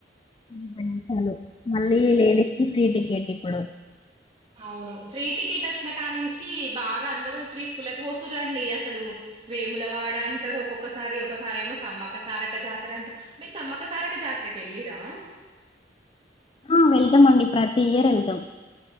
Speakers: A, on the left (about 30°); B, on the right (about 35°).
A: అపోయి చాలు మళ్ళీ లేడస్కిి ఫ్రీ టికెట్ ఇప్పుడు
B: అవును ఫ్రీ టికెట్ వచ్చిన కా నుంచి బాగా అందరూ ట్రిప్లకి పోతు రండి అసలు వే ములవాడ అంటారు ఒక్కొక్కసారి ఒకసారి ఏమో సమ్మక్క సారక జాతర అంటారు మీరు సమ్మక సారక్కా జాతరకి వెళ్ళరాా
A: ఆ వెళ్దాం అండి ప్రతి ఇయర్ వెళ్దాం